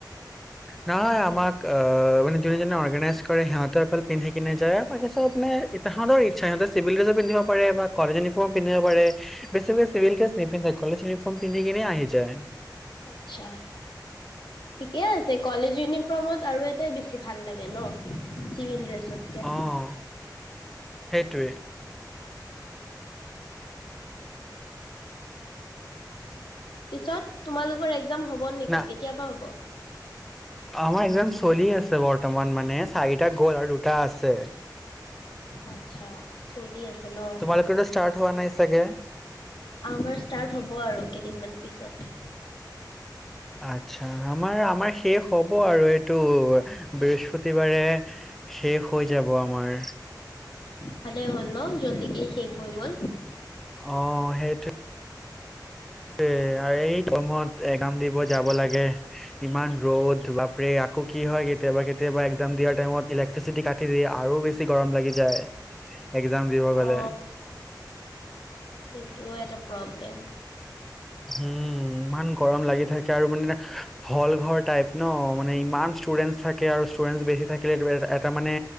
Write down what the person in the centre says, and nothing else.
নাই আমাক আহ মানে যোনে জোনে অৰ্গেনাইজ কৰে সিহঁতে অকল পিন্ধি কিনে যায় বাকব ইঁতৰ ইচ্ছা সিহঁতে চিভিল্ৰেছে পিন্ধিব পাৰে বা কলেজ ইউনিফৰ্ম পিন্ধিব পাৰেে চিভিল্ৰে পিন্ধ কলেজ ইউনিফৰ্ম পিন্ধি কিিননে আহি যায়
আহ সেইটোৱেই
না
আমাৰ একদাম চলি আছে বৰ্তমান মানে চাৰিটা গ'ল আৰু দুটা আছে
তোমালোকৰতো ষ্টাৰ্ট হোৱা নাই চাগে
আচ্ছা আমাৰ আমাৰ শেষ হব আৰু এইটো বৃহস্পতিবাৰে শেষ হৈ যাব আমাৰ
অ', সেইটোৱে এই গৰমত এক্জাম দিব যাব লাগে ইমান ৰ'দ বাপৰে আকৌ কি হয় কেতিয়াবা কেতিয়াবা এক্জাম দিয়াৰ টাইমত ইলেক্ট্ৰিচিটি কাটি দিয়ে আৰু বেছি গৰম লাগি যায় এক্সাম দিব গ'লে
উম ইমান গৰম লাগি থাকে আৰু মানে এটা হল ঘৰ টাইপ ন মানে ইমান ষ্টুডেন্টচ থাকে আৰু ষ্টুডেন্টচ বেছি থাকিলে এটা মানে